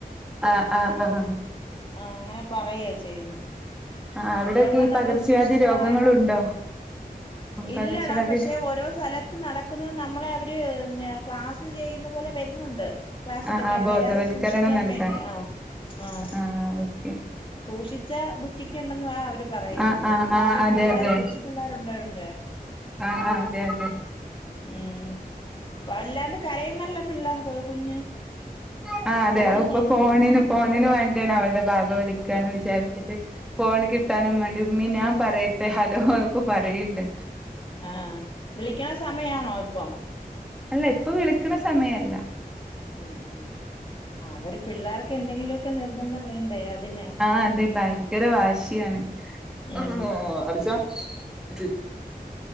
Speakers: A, in the centre; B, on the left.
A: ആഹ് ആഹ് ആഹ്
B: ആഹ് അങ്ങനെ പറയാ ചെയ്യ്ന്ന്
A: ആഹ് അവിടൊക്കെ
B: അത് കാരണം
A: ഈ
B: നമ്മള്
A: പകർച്ചവ്യാധി
B: സുരക്ഷിതമായിട്ടാ
A: രോഗങ്ങളുണ്ടോ
B: നോക്കുന്നെ ഇല്ലടാ
A: പകർച്ചവ്യാധി
B: പക്ഷെ ഓരോ സ്ഥല ത്ത് നടക്കുന്നത് നമ്മളെ അവര് പിന്നെ ക്ലാസ് ചെയ്യുന്ന പോലെ വെരുന്നുണ്ട് ക്ലാസ്
A: ആഹ്
B: ഇട്ക്കാൻ
A: ആഹ് ബോധവൽക്കരണം
B: വെരാതെ സൂക്ഷിക്കാൻ
A: നൽകാൻ
B: വേണ്ടി ആഹ് ആഹ്
A: ആഹ് ഓക്കെ
B: സൂക്ഷിച്ചാൽ ദുഃഖിക്കേണ്ട എന്നാ അവര് പറയുന്നുണ്ട്
A: ആഹ് ആഹ്
B: ഇവടെ
A: ആഹ് അതെ
B: പിള്ളേര്
A: അതെ
B: കൊച്ചു പിള്ളേര് ഉണ്ടായോണ്ടേ
A: ആഹ് ആഹ് അതെ അതെ
B: ഉം വല്ലാണ്ട് കരയുന്നല്ലാേ പിള്ളാ കൊ കുഞ്ഞ്
A: ആ അതെ
B: ഫോണിന്നാണ്
A: അത് ഇപ്പൊ ഫോണിന് ഫോണിന് വേണ്ടിയാണ് അവള്ടെ ബാബ വിളിക്കാണ് വിചാരിച്ചിട്ട് ഫോണ് കിട്ടാനും വാണ്ടി ഉമ്മി നാംപറയട്ടെ ഹലോന്നൊക്കെ പറയിണ്ട്
B: ആഹ് വിളിക്ക്ണ സമയാണോ ഇപ്പം
A: അല്ല ഇപ്പൊ വിളിക്ക്ണ സമയല്ല
B: ഉം ഉം അവര് പിള്ളേർക്ക് എന്തെങ്കിലൊക്കെ നിർബന്ധം വേണ്ടേ അതിന്
A: ആഹ് അതെ ഭയങ്കര വാശിയാണ്
B: ഉം
A: ഇമ്മാ അടിച്ചാ അത്